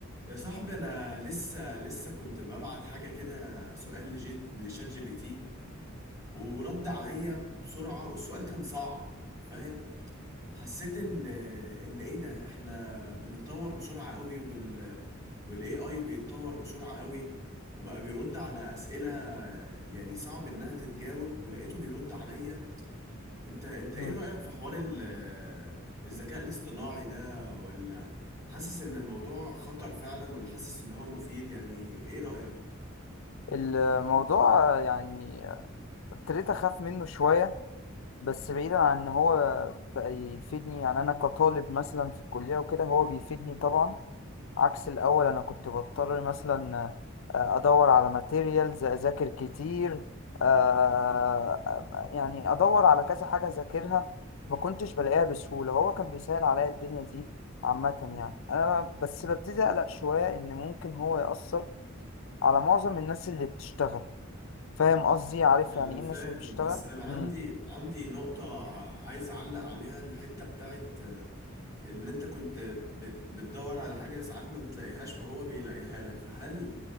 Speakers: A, on the right; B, on the left.
A: يا صاحبي انا لسه لسه كنت ببعت حاجه كده سؤال لجيت لشات جي بي تي ورد عليا بسرعه والسؤال كان صعب فاهم حسيت ان ان ايه ده احنا بنتطور بسرعه قوي وال والاي اي بيتطور بسرعه قوي وبقى بيرد على اسئله يعني صعب انها تتجاوب ولقيته بيرد عليا انت انت ايه
B: مم.
A: رأيك في حوار ال- الذكاء الاصطناعي ده ولا حاسس ان الموضوع خطر فعلا ولا حاسس ان هو مفيد يعني ايه رأيك
B: الموضوع آه، يعني ابتديت اخاف منه شويه بس بعيدا عن ان هو بقى يفيدني يعني انا كطالب مثلا في الكليه وكده هو بيفيدني طبعا عكس الاول انا كنت بضطر مثلا آه، ادور على ماتيريالز اذاكر كتير آه، يعني ادور على كذا حاجه اذاكرها ما كنتش بلاقيها بسهوله هو كان بيسهل عليا الدنيا دي عامه يعني انا بس ببتدي اقلق شويه ان ممكن هو ياثر على معظم الناس اللي بتشتغل فاهم قصدي عارف
A: انا
B: يعني ايه
A: فاهم
B: الناس اللي بتشتغل
A: بس انا عندي
B: امم
A: عندي نقطة عايز اعلق عليها الحتة بتاعت اه، ان انت كنت بت- بتدور على حاجة ساعات ما بتلاقيهاش فهو بيلاقيها لك فهل